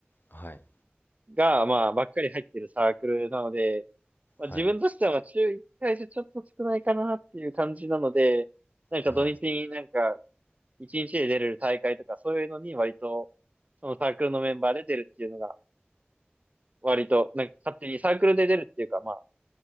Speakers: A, on the left; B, on the right.
A: はい、
B: が、まあ、ばっかり入ってるサークルなので、まあ、自分としては週1回じゃちょっと少ないかなっていう感じなので、
A: はい、
B: なんか土日になんか
A: はい。
B: 1日で出れる大会とかそういうのに割と、そのサークルのメンバーで出るっていうのが、割と、なんか勝手にサークルで出るっていうか、まあ、